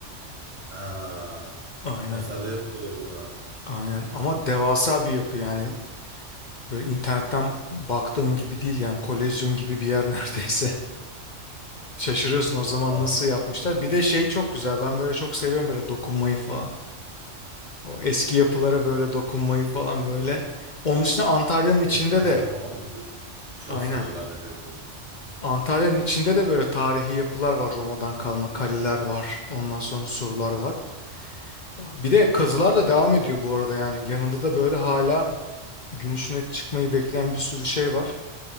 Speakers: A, on the right; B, on the left.
A: Ha.
B: Aynen
A: Konserde yapılıyordu ha.
B: aynen ama devasa bir yapı yani. Böyle internetten baktığın gibi değil yani kolezyum gibi bir yer <laughs> neredeyse. Şaşırıyorsun o zaman
A: Abi,
B: nasıl yapmışlar. Bir de şey çok güzel. Ben böyle çok seviyorum böyle dokunmayı falan. O eski yapılara böyle dokunmayı falan böyle. Onun dışında Antalya'nın içinde
A: eski taşlara
B: de
A: falan mı gidiyorsun? Çok
B: aynen.
A: seviyorum. Ben de çok seviyorum.
B: Antalya'nın içinde de böyle tarihi yapılar var. Roma'dan kalma kaleler var. Ondan sonra surlar var. Bir de kazılar da devam ediyor bu arada yani. Yanında da böyle hala gün ışığına çıkmayı bekleyen bir sürü şey var.